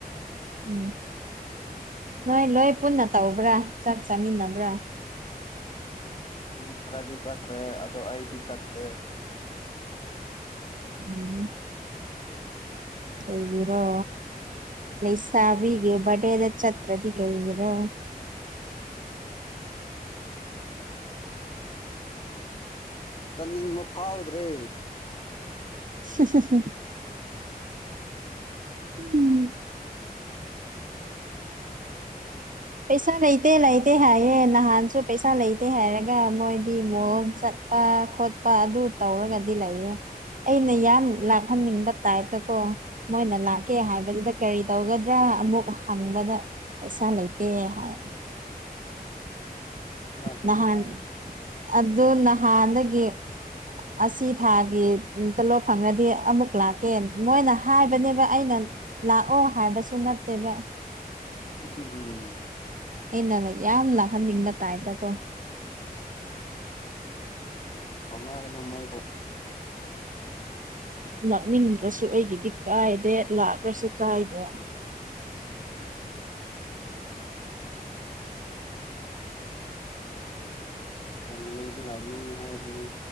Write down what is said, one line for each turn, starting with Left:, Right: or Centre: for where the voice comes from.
Right: ꯎꯝ ꯅꯣꯏ ꯂꯣꯏ ꯄꯨꯟꯅ ꯇꯧꯕ꯭ꯔꯥ ꯆꯥꯛ ꯆꯥꯃꯤꯟꯅꯕ꯭ꯔꯥ
Left: ꯃꯤ ꯈꯔꯗꯤ ꯆꯥꯈ꯭ꯔꯦ ꯑꯗꯨ ꯑꯩꯗꯤ ꯆꯠꯇꯦ
Right: ꯎꯝ ꯀꯩꯒꯤꯔꯣ ꯂꯩꯁꯕꯤꯒꯤ ꯕꯥꯔꯗꯦꯗ ꯆꯠꯇ꯭ꯔꯗꯤ ꯀꯩꯒꯤꯔꯣ
Left: <inaudible> ꯆꯠꯅꯤꯡꯕ ꯐꯥꯎꯗ꯭ꯔꯦ
Right: <unintelligible> ꯎꯝ ꯄꯩꯁꯥ ꯂꯩꯇꯦ ꯂꯩꯇꯦ ꯍꯥꯏꯌꯦ ꯅꯍꯥꯟꯁꯨ ꯄꯩꯁꯥ ꯂꯩꯇꯦ ꯍꯥꯏꯔꯒ ꯃꯣꯏꯗꯤ ꯃꯣꯜ ꯆꯠ ꯄꯥ ꯈꯣꯠꯄ ꯑꯗꯨ ꯇꯧꯔꯒꯗꯤ ꯂꯩꯌꯦ ꯑꯩꯅ ꯌꯥꯝ ꯂꯥꯛꯍꯟꯅꯤꯡꯕ ꯇꯥꯏꯞꯇ ꯀꯣ ꯃꯣꯏꯅ ꯂꯥꯛꯀꯦ ꯍꯥꯏꯕꯗꯨꯗ ꯀꯔꯤ ꯇꯧꯒꯗ꯭ꯔꯥ ꯑꯃꯨꯛ ꯍꯪꯕꯗ ꯄꯩꯁꯥ ꯂꯩꯇꯦ ꯍꯥꯏ
Left: ꯂꯥꯛꯀꯅꯨ
Right: ꯅꯍꯥꯟ
Left: ꯍꯥꯏ
Right: ꯑꯗꯣ ꯅꯍꯥꯟꯗꯒꯤ ꯑꯁꯤ ꯊꯥꯒꯤ ꯇꯣꯂꯣꯞ ꯐꯪꯔꯗꯤ ꯑꯃꯨꯛ ꯂꯥꯛꯀꯦ ꯃꯣꯏꯅ ꯍꯥꯏꯕꯅꯦꯕ ꯑꯩꯅ ꯂꯥꯛꯑꯣ ꯍꯥꯏꯕꯁꯨ ꯅꯠꯇꯦꯕ
Left: <inaudible>
Right: ꯑꯩꯅꯒ ꯌꯥꯝ ꯂꯥꯛꯍꯟꯅꯤꯡꯕ ꯇꯥꯏꯗꯀꯣ
Left: ꯀꯧꯅꯒꯅꯨ ꯃꯣꯏꯕꯨ
Right: ꯂꯥꯛꯅꯤꯡꯗ꯭ꯔꯁꯨ ꯑꯩꯒꯤꯗꯤ ꯀꯥꯏꯗꯦ ꯂꯥꯛꯔꯁꯨ ꯀꯥꯏꯗꯦ
Left: ꯌꯥꯝ ꯂꯨꯕꯗꯤ <unintelligible> ꯍꯥꯏꯕꯅꯤ